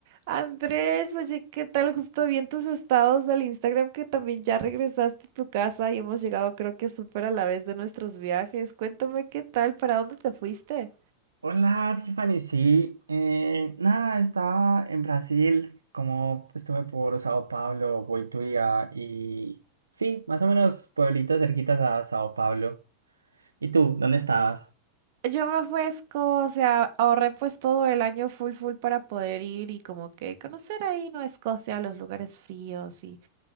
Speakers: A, on the right; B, on the right.
A: Andrés, oye, ¿qué tal? Justo vi en tus estados del Instagram que también ya regresaste a tu casa y hemos llegado creo que súper a la vez de nuestros viajes. Cuéntame qué tal, ¿para dónde te fuiste?
B: Hola, Tiffany. Sí, eh, nada, estaba en Brasil, como estuve por Sao Paulo, Boituva y sí, más o menos pueblitos cerquitas a Sao Paulo. ¿Y tú, dónde estabas?
A: Yo me fui a Escocia, ahorré pues todo el año full full para poder ir y como que conocer ahí, ¿no? Escocia, los lugares fríos y